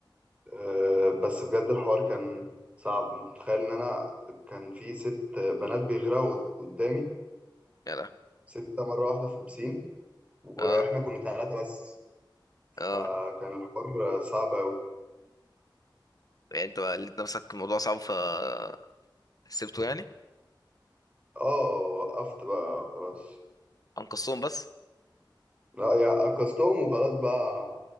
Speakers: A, on the right; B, on the left.
A: آه، بس بجد الحوار كان صعب تخيل ان انا كان في ست بنات بيغرقوا قد- قدامي
B: يا لا
A: ستة مرة واحدة في البسين واحنا
B: اه
A: كنا ثلاثة بس فكان
B: اه
A: الحوار صعب أوي
B: يعني انت بقى لقيت نفسك الموضوع صعب فسيبته يعني
A: اه وقفت بقى خلاص
B: انقذتهم بس
A: لا يعني أنقذتهم وخلاص بقى